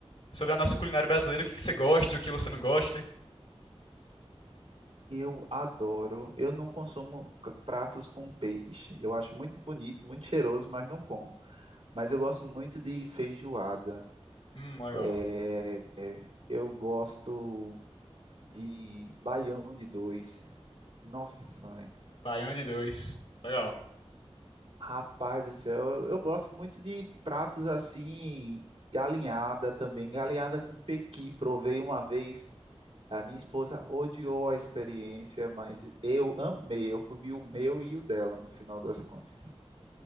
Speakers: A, on the left; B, on the right.
A: sobre a nossa culinária brasileira, o que, que você gosta, o que você não gosta.
B: Eu adoro. Eu não consumo c- pratos com peixe. Eu acho muito bonito, muito cheiroso, mas não como. Mas eu gosto muito de feijoada.
A: Hum, legal.
B: É, é, eu gosto de baião de dois. Nossa, mãe.
A: Baião de dois. Legal.
B: Rapaz do céu, eu, eu gosto muito de pratos assim, galinhada também. Galinhada com pequi, provei uma vez. A minha esposa odiou a experiência, mas eu amei. Eu comi o meu e o dela, no final das contas.